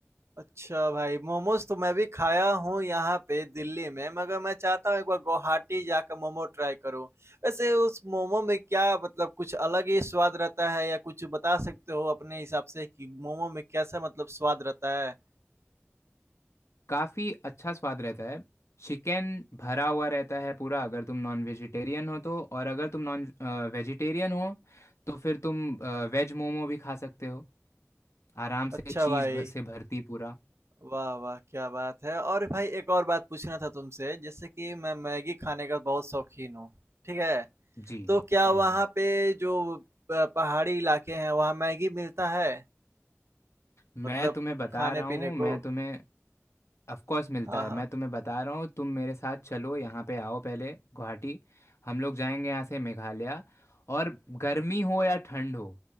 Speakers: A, on the right; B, on the left.
A: अच्छा भाई, मोमोज़ तो मैं भी खाया हूँ यहाँ पे दिल्ली में, मगर मैं चाहता हूँ एक बार गुवाहाटी जाकर मोमो ट्राई करूँ। वैसे उस मोमो में क्या मतलब कुछ अलग ही स्वाद रहता है या कुछ बता सकते हो अपने हिसाब से कि मोमो में कैसा मतलब स्वाद रहता है?
B: काफ़ी अच्छा स्वाद रहता है चिकन भरा हुआ रहता है पूरा अगर तुम नॉन वेजिटेरियन हो तो और अगर तुम नॉन वेजिटेरियन हो तो फिर तुम वेज मोमो भी खा सकते हो आराम
A: अच्छा
B: से चीज
A: भाई,
B: भ- से भरती पूरा
A: वाह, वाह! क्या बात है और भाई एक और बात पूछना था तुमसे जैसे कि मैं मैगी खाने का बहुत शौकीन हूँ, ठीक है?
B: जी
A: तो
B: जी
A: क्या
B: हम्म
A: वहाँ
B: हम्म।
A: पे जो प पहाड़ी इलाके हैं वहाँ मैगी मिलता है?
B: मैं
A: मतलब
B: तुम्हें बता
A: खाने-पीने
B: रहा हूँ मैं
A: को?
B: तुम्हें ऑफ कोर्स मिलता
A: हाँ,
B: है
A: हाँ।
B: मैं तुम्हें बता रहा हूँ तुम मेरे साथ चलो यहाँ पे आओ पहले गुवाहाटी हम लोग जाएंगे यहाँ से मेघालय और गर्मी हो या ठंड हो